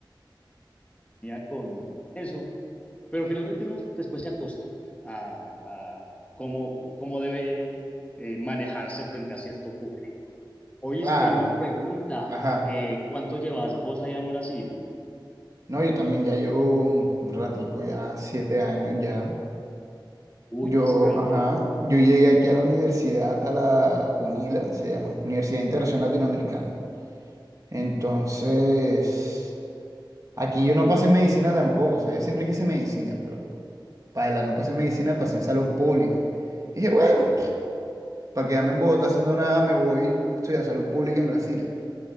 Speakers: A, on the left; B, on the right.
A: ya con eso, pero finalmente uno después se acostumbra a, a cómo, cómo debe eh, manejarse frente a cierto público. Oíste,
B: Claro,
A: y una pregunta,
B: ajá.
A: eh, ¿cuánto llevas vos allá en Brasil?
B: No, yo también ya llevo un un ratico, ya siete años ya.
A: Uy,
B: Yo,
A: bastante,
B: ajá, yo llegué aquí a la universidad, a la UNILA, se llama, Universidad de Integración Latinoamericana. Entonces, aquí yo no pasé en medicina tampoco, o sea, yo siempre quise medicina, pero para la no pasé en medicina, pasé en salud pública. Y dije, bueno, para quedarme en Bogotá haciendo nada, me voy a estudiar salud pública en Brasil.